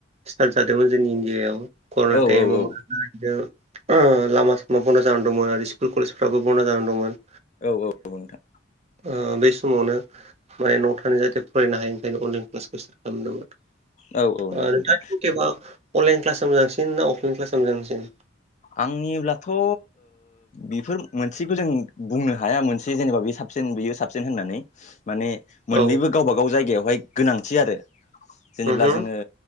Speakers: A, on the right; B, on the left.
A: स्टार्ट जादोंमोन जोंनि इण्डिया आयाव करना
B: औ
A: टाइम
B: औ औ
A: मनो लामा सामा बन्द' जानानै दंमोन आरो स्कुल कलेजफ्राबो बन्द' जानानै दंमोन।
B: औ औ नोंथां।
A: ओ बे समावनो माने न' थानाय जाहाथे फरायनो हायो ओंखायनो अनलाइन क्लासखौ स्टार्ट खालामदोंमोन।
B: औ नंगौ नोंथां
A: नोंथांथेबा अनलाइन क्लास मोजांसिन ना अफलाइन क्लास मोजांसिन?
B: आंनिब्लाथ'ओ बेफोर मोनसेखौ जों बुंनो हाया मोनसे जेनेबा बे साबसिन बियो साबसिन होननानै माने मोननैबो
A: औ
B: गावबा गाव जायगायाव बेवहाय गोनांथि आरो जेनेब्ला
A: उमहो
B: जोङो